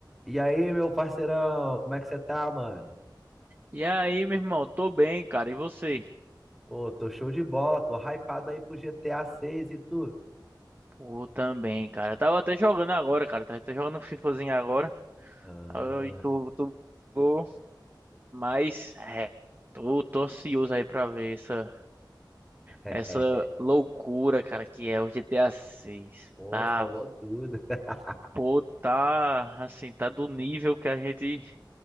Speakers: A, in the centre; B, on the right (about 25°).
A: E aí, meu parceirão, como é que você tá, mano?
B: E aí, meu irmão, tô bem, cara. E você?
A: Pô, tô show de bola, tô hypado aí pro GTA 6 e tu?
B: Pô, também, cara. Eu tava até jogando agora, cara. Tava até jogando um FIFAzinho agora.
A: Ah,
B: Aí tu, tu, tu- mas é, tô, tô ansioso aí pra ver essa,
A: <laughs>
B: essa loucura, cara, que é o GTA 6.
A: pô,
B: Tá,
A: tu falou tudo. <laughs>
B: pô, tá, assim, tá do nível que a gente